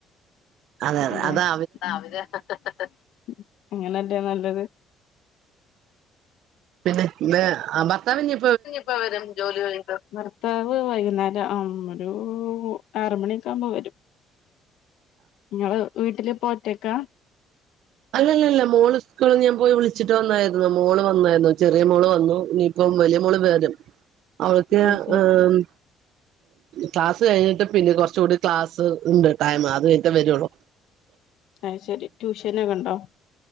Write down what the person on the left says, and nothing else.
അന്റോ
ആഹ് അവര് ഉം ഉം അങ്ങനല്ലേ നല്ലത്
ഇഞ് ഇപ്പൊ വരും ജോലി കഴിഞ്ഞിട്ട് ഭർ ത്താവ് വൈകുന്നേരം അം ഒരു ആറ് മണിയൊക്കെ ആവുമ്പോ വരും ഇങ്ങള് വീട്ടില് ഇപ്പൊ ഒറ്റക്കാ
അയ്ശരി
അയ് ശരി ട്യൂഷനൊക്കെ ഇണ്ടോ